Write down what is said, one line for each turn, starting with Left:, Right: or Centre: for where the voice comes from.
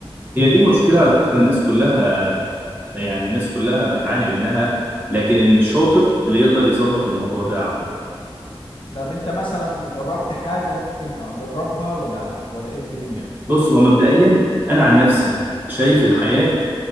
Right: هي دي مشكله على فكره الناس كلها يعني الناس كلها بتعاني منها لكن الشاطر اللي يقدر يظبط الموضوع ده يا عبدو
Left: طب انت مثلا جربت حاجه ممكن اجربها ولا ولا ايه الدنيا
Right: بص هو مبدئيا انا عن نفسي شايف الحياه